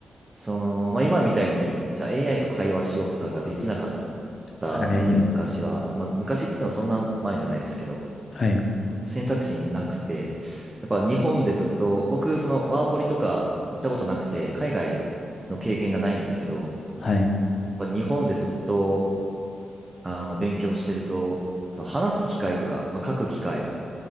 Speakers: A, on the right (about 20°); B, on the left (about 45°).
A: その、まあ今みたいに、じゃあ AI と会話しようとかができなかったので、
B: はい。
A: 昔は。まあ昔って言ってもそんな前じゃないですけど、
B: はい。
A: 選択肢なくて、やっぱ日本でずっと、僕、そのワーホリとか行ったことなくて、海外の経験がないんですけど、
B: はい。
A: やっぱ日本でずっと、あの、勉強してると、その話す機会とか、まあ、書く機会、